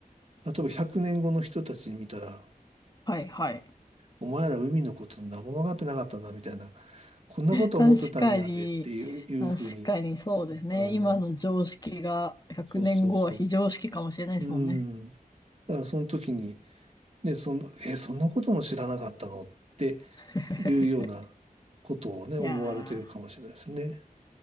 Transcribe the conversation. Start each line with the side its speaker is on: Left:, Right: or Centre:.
Right: 例えば100年後の人たちに見たら、
Left: はいはい。
Right: お前ら海のこと何も分かってなかったな、みたいな。こんなこと思ってたんやでっていう、
Left: 確かに、
Right: いうふうに。
Left: 確かにそうですね。
Right: うん。
Left: 今の常識が100年後は非常識かもしれないですもんね。
Right: そうそうそう。うん。だからその時に、ね、その、え、そんなことも知らなかったのって
Left: <laughs>
Right: いうようなことをね、思われてるかもしれないですね。
Left: いや